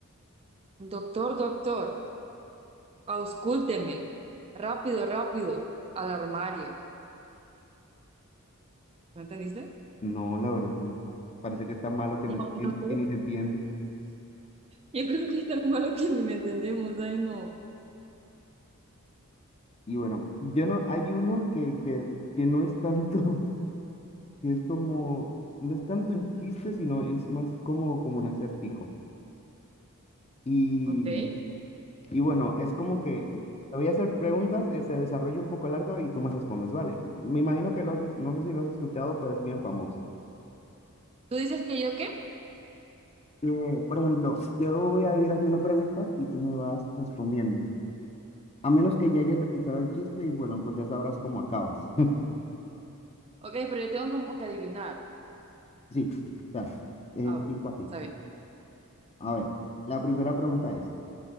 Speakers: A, on the right; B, on the left.
A: doctor, doctor. Auscúlteme. Rápido, rápido. Al armario. ¿No entendiste?
B: no, la verdad que no. Parece que está malo que,
A: No,
B: no- que
A: no sé.
B: que ni se entiende.
A: Yo creo que es tan malo que ni me entendemos. Ay, no.
B: Y bueno, yo no, hay uno que, que, que no es tanto, <laughs> que es como, no es tanto un chiste, sino es más como, como un acertijo. Y,
A: Ok.
B: y bueno, es como que te voy a hacer preguntas, eh, se desarrolla un poco largo y tú me respondes, ¿vale? Me imagino que lo has, no sé si lo has escuchado, pero es bien famoso.
A: ¿Tú dices que yo qué?
B: Eh, por ejemplo, yo voy a ir haciendo preguntas y tú me vas respondiendo. A menos que ya hayas escuchado el chiste y bueno, pues ya sabrás cómo acabas. <laughs>
A: Ok, pero yo tengo como que adivinar.
B: Sí, o sea, eh,
A: Ah,
B: tipo
A: ok.
B: así.
A: Está bien.
B: A ver, la primera pregunta es,